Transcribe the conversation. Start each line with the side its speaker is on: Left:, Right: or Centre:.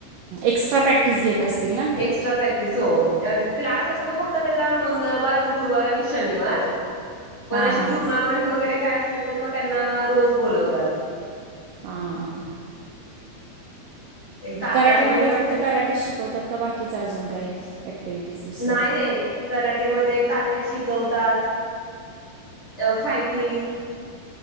Right: एक्स्ट्रा प्रॅक्टिस घेत ना
Left: एक्स्ट्रा प्रॅक्टिस हो क्लास असतो फक्त त्याचा मंगळवार गुरुवार आणि शनिवार पण
Right: हां
Left: अशी
Right: हां
Left: टुर्नामेंट वगैरे काय असेल तर मग त्यांना रोज बोलवतात
Right: <unintelligible>
Left: एक कात्या
Right: कराटेमध्ये
Left: म्हणून आहे
Right: फक्त कराटेच शिकवतात का बाकीच अजून काय ॲक्टिव्हिटीज दुसऱ्या
Left: नाय नाय कराटेमध्ये कात्या शिकवतात <unintelligible> फायटिंग